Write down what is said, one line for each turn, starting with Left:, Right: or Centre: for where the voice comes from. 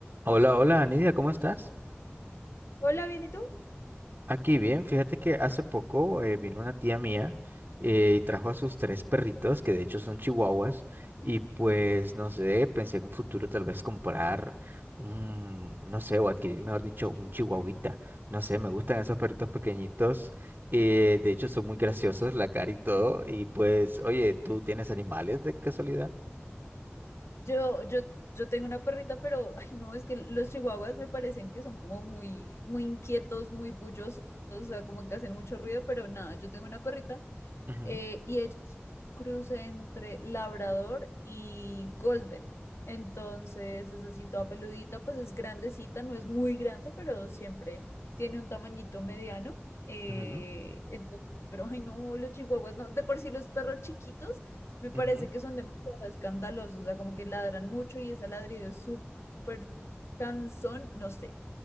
Right: Hola, hola, Nidia, ¿cómo estás?
Left: Hola, bien, ¿y tú?
Right: Aquí bien, fíjate que hace poco eh, vino una tía mía eh, y trajo a sus tres perritos, que de hecho son chihuahuas, y pues no sé, pensé en un futuro tal vez comprar un, no sé, o adquirir, mejor dicho, un chihuahuita. No sé, me gustan esos perritos pequeñitos, eh, de hecho son muy graciosos, la cara y todo, y pues, oye, ¿tú tienes animales de casualidad?
Left: Yo, yo, yo tengo una perrita, pero, ay, no, es que los chihuahuas me parecen que son como muy, muy inquietos, muy bullosos, o sea, como que hacen mucho ruido, pero nada, yo tengo una perrita
Right: Ujú,
Left: eh, y ella es un cruce entre labrador y golden. Entonces es así toda peludita, pues es grandecita, no es muy grande, pero siempre tiene un tamañito mediano. eh,
Right: ujú,
Left: entonces, <laughs> pero ay no, los chihuahuas no, de por sí los perros chiquitos me parece
Right: ujú.
Left: que son demasiado escandalosos, o sea, como que ladran mucho y ese ladrido es súper cansón, no sé.